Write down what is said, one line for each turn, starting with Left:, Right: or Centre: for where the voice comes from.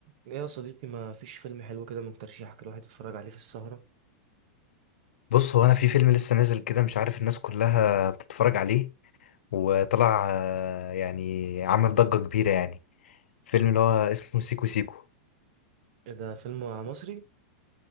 Right: إيه يا صديقي ما فيش فيلم حلو كده من ترشيحك الواحد يتفرج عليه في السهرة
Left: بص هو انا في فيلم لسه نازل كده مش عارف الناس كلها بتتفرج عليه وطلع آه، يعني عمل ضجة كبيرة يعني فيلم اللي هو اسمه سيكو سيكو
Right: إيه ده فيلم مصري